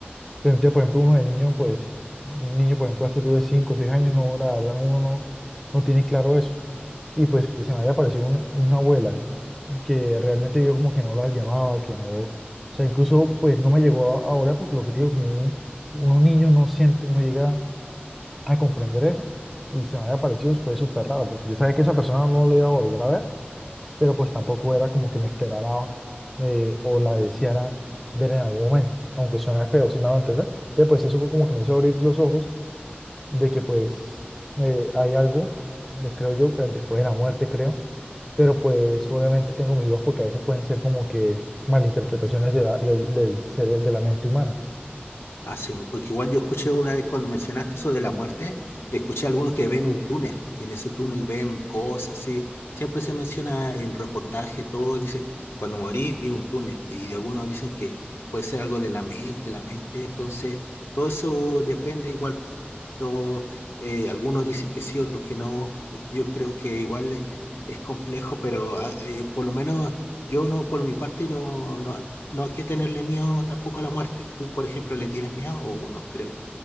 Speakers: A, in the centre; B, on the left.
A: Pero entonces, por ejemplo, uno de niño, pues, un niño, por ejemplo, hace tú de 5 o 6 años, no, la verdad, no, uno no, no tiene claro eso. Y pues que se me haya aparecido una, una abuela que realmente yo como que no la llamaba, que no, o sea, incluso pues no me llegó a, a orar porque lo que te digo, como un- unos niños no siente, no llega a comprender eso. Y se me había aparecido fue súper raro porque yo sabía que esa persona no le iba a volver a ver pero pues tampoco era como que me esperara eh, o la deseara ver en algún momento, aunque suene feo, si me hago entender. Entonces, pues eso fue como que me hizo abrir los ojos de que pues eh, hay algo, pues creo yo, que después de la muerte, creo, pero pues
B: Mm.
A: obviamente tengo mis dudas porque a veces pueden ser como que malinterpretaciones de la, del, del cere- de la mente humana.
B: Ah, sí, porque igual yo escuché una vez cuando mencionaste eso de la muerte, escuché a algunos que ven un túnel y en ese túnel ven cosas así. Siempre se menciona en reportaje, todo dice, cuando morí vi un túnel y algunos dicen que puede ser algo de la mente, la mente, entonces todo eso depende igual. po. Todo, eh, algunos dicen que sí, otros que no. Yo creo que igual eh, es complejo, pero ah, eh, por lo menos yo no, por mi parte, no, no, no hay que tenerle miedo tampoco a la muerte. ¿Tú, por ejemplo, le tienes miedo o no creo?